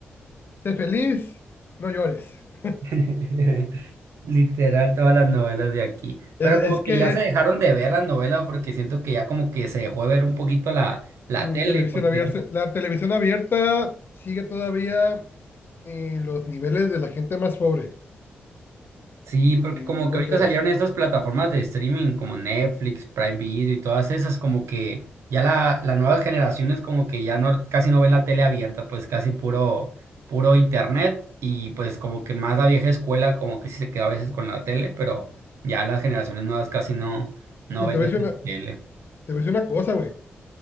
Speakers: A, on the left; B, on the right.
A: sé feliz, no llores. <laughs>
B: <laughs> Literal, todas las novelas de aquí. Pero
A: Es, es
B: como que
A: que
B: ya se dejaron de ver las novelas porque siento que ya como que se dejó de ver un poquito la, la
A: mm,
B: tele
A: televisión
B: porque
A: abierta,
B: sí
A: la televisión abierta sigue todavía en los niveles de la gente más pobre.
B: Sí,
A: Mm,
B: porque como que
A: No
B: ahorita
A: creas.
B: salieron estas plataformas de streaming como Netflix, Prime Video y todas esas, como que ya la, las nuevas generaciones como que ya no, casi no ven la tele abierta, pues casi puro, puro internet y pues como que más la vieja escuela como que sí se queda a veces con la tele, pero ya las generaciones nuevas casi no, no
A: Y
B: ven
A: te voy
B: esa
A: a decir una, te
B: tele.
A: voy a decir una cosa, güey.